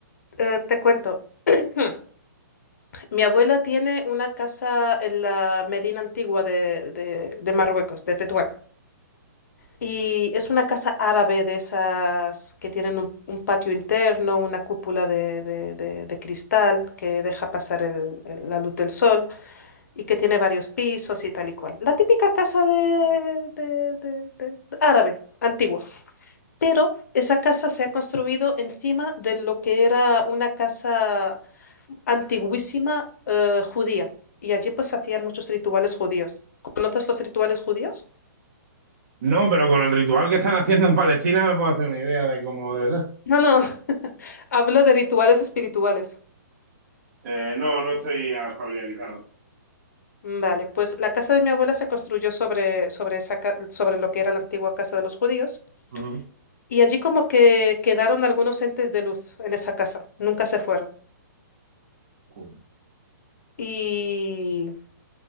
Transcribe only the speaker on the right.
No, pero con el ritual que están haciendo en Palestina me puedo hacer una idea de cómo debe ser.
Eh, no, no estoy ah, familiarizado.
Ujú.
Cool.